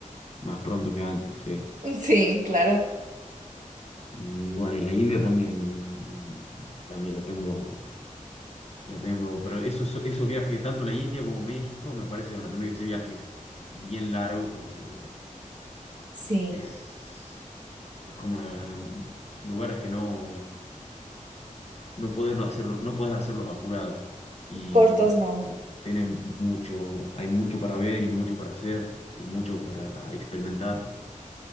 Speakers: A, on the left; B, on the right.
A: más pronto que antes, sí.
B: Sí, claro.
A: Y bueno, y la India también, mm, también la tengo, La tengo, pero esos, esos viajes, tanto la India como México, me parece que van a tener que ser viajes bien largos porque
B: Sí.
A: es, es como una, lugares que no, no poderlo hacerlo, no podés hacerlos apurados. Y,
B: Cortos no.
A: y tenés mucho, hay mucho para ver y mucho para hacer y mucho para experimentar.